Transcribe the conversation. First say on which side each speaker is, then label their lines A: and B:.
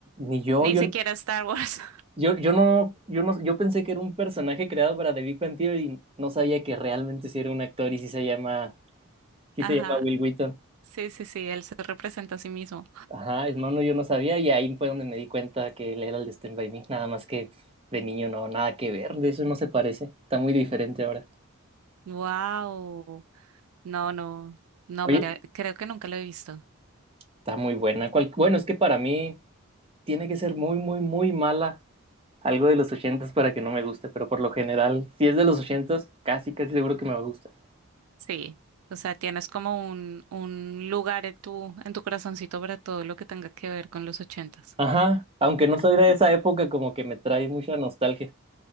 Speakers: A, on the right (about 25°); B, on the right (about 85°).
A: Ni yo,
B: Ni
A: yo,
B: siquiera Star Wars.
A: yo, yo no, yo no, yo pensé que era un personaje creado para The Big Bang Theory y no sabía que realmente sí era un actor y sí se llama,
B: <laughs>
A: sí
B: Ajá.
A: se llama Will Wheaton.
B: Sí, sí, sí, él se representa a sí mismo.
A: Ajá, no, no, yo no sabía y ahí fue donde me di cuenta que él era el de Stand By Me, nada más que de niño no, nada que ver, de eso no se parece, está muy diferente ahora.
B: Wow. No, no. No,
A: Oye,
B: mira, creo que nunca lo he visto.
A: está muy buena. cual- bueno, es que para mí tiene que ser muy, muy, muy mala algo de los ochentas para que no me guste, pero por lo general, si es de los ochentas, casi, casi seguro que me va a gustar.
B: Sí. O sea, tienes como un, un lugar en tu, en tu corazoncito para todo lo que tenga que ver con los ochentas.
A: Ajá, aunque no soy de esa época, como que me trae mucha nostalgia.